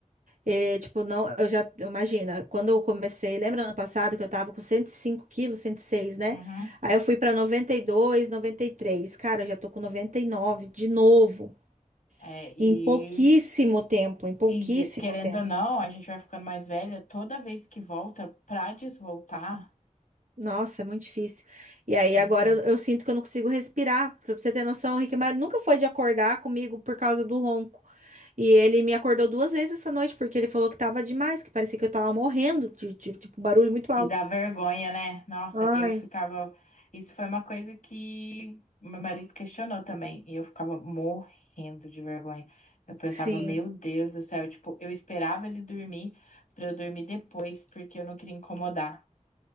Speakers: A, on the right; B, on the left.
A: É, tipo, não, eu já, imagina, quando eu comecei, lembra ano passado que eu tava com 105 quilos, cento e seis né?
B: Uhum.
A: Aí eu fui pra 92, noventa e três Cara, eu já tô com 99 de novo,
B: É, e,
A: em pouquíssimo tempo, em pouquíssimo
B: e querendo
A: tempo.
B: ou não, a gente vai ficando mais velha, toda vez que volta, pra desvoltar,
A: Nossa, é muito difícil. E aí
B: uhum,
A: agora eu, eu sinto que eu não consigo respirar. Pra você ter noção, o Rick Mário nunca foi de acordar comigo por causa do ronco. E ele me acordou duas vezes essa noite porque ele falou que tava demais, que parecia que eu tava morrendo de, de, tipo, barulho muito alto.
B: e dá vergonha, né? Nossa,
A: Ai,
B: eu ficava. Isso foi uma coisa que meu marido questionou também, e eu ficava morrendo de vergonha. Eu pensava,
A: sim.
B: meu Deus do céu, tipo, eu esperava ele dormir pra eu dormir depois, porque eu não queria incomodar.